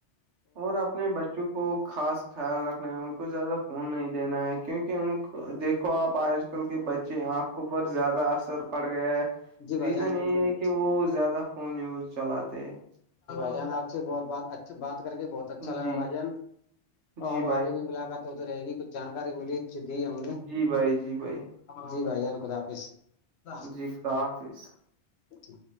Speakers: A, on the right (about 80°); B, on the left (about 65°).
A: اور اپنے بچوں کو خاص خیال رکھنا ہے ان کو زیادہ فون نہیں دینا ہے کیونکہ ان کو دیکھو آپ آج آ کل کے بچے آنکھوں پر زیادہ اثر پڑ گئے ہے
B: جی بھائی
A: ریزن
B: جان
A: یہ
B: بالکل
A: ہے
B: بالکل
A: کہ
B: جی
A: وہ زیادہ فون یوز چلاتے ہیں
B: بان آ سے بہت بہ اچھا بات کر کے بہت اچھا لگا
A: جی
B: بھائیت اور
A: جی بھائی
B: آگے بھی ملاقات ہوتی رہے گی کچھ جانکاری ملی کھ دی ہم نے
A: جی بھائی جی بھائی
B: جی بھائیان خد حافظ ر
A: جی خدا حافظ
B: ٹھیک